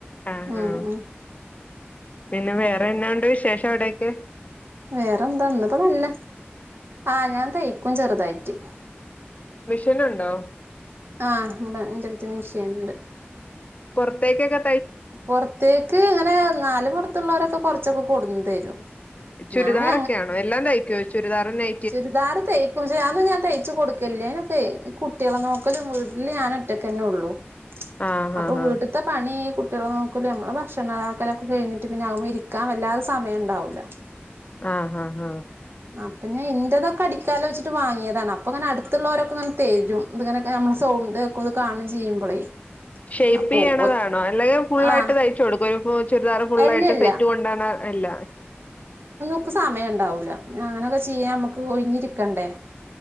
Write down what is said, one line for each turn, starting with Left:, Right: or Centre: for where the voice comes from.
Left: ആഹ്
Right: ഉം
Left: ആഹ്
Right: ഉംറ
Left: പിന്നെ വേറെന്നാ ഒണ്ട് വിശേഷം എവിടെ ഒക്കെ
Right: വേറെന്താന്ന്പ്പെനല്ല ആഹ് ഞാൻ തയ്ക്കും ചെറുതായിട്ട്
Left: മെഷീൻ ഉണ്ടോ
Right: ആഹ് ഇവിട എന്റെടുത്ത് മെഷീൻ ഉണ്ട്
Left: പുറത്തേക്കൊക്ക
Right: പുറത്തേക്ക് ഇങ്ങനെ നാല് പുറത്തുള്ളവരൊക്കെ കൊർ ച്ചൊക്കെ കൊടന്ന് തരും
Left: ചുരിദാറൊക്ക്യാണോ
Right: ഞാന്
Left: എല്ലാം തയ്ക്കോ ചുരിദാറും നൈ
Right: ചുരിദാർ തെയ്ക്കും അത് ഞാൻ തയ്ച്ച് കൊടുക്കല്ലേനൊക്കെ കുട്ട്യാളെ നോക്കല് വീട്ടില് ഞാനൊ റ്റക്കെന്നൊള്ളൂ
Left: ആഹ്
Right: അപ്പൊ
Left: ആഹ്
Right: വീട്ടത്തെ
Left: ആഹ്
Right: പണി കുട്ട്യാള നോക്കല ഞമ്മള് ഭക്ഷണതാക്കലൊക്കെ കഴിഞ്ഞിട്ട് പിന്നെ അവുമ ഇരിക്കാൻ വല്ലാത സമയംണ്ടാവൂല
Left: ആഹ് ആഹ് ആഹ്
Right: അപ്പൊ ഞാൻ ഇൻ്റതൊക്കെ അടിക്കാലൊച്ചിട്ട് വാങ്ങ്യേതാണ് അപ്പൊ അങ്ങനടുത്തുള്ളോരൊക്ക ഇങ്ങനെ തെരും ഇതിങ്ങന ഞം സോ <unintelligible> കാണും ചെയ്യുമ്പളേ
Left: ഷേപ്പെയ്യേണതാണോ
Right: അപ്പൊ ഓ
Left: അല്ല തെ ഫുള്ളായിട്ട്
Right: ആഹ്
Left: തയ്ച്ചു കൊടുക്കോ ഇപ്പൊ ഒരു ചുരിദാറു ഫുള്ളായിട്ട്
Right: അല്ലല്ല
Left: സെറ്റ് കൊണ്ടാണ് അല്ല
Right: നമക്ക് സമയണ്ടാവൂല്ല അങ്ങനൊക്കെ ചെയ്യാൻ നമുക്ക് ഒഴിഞ്ഞിരിക്കണ്ടേ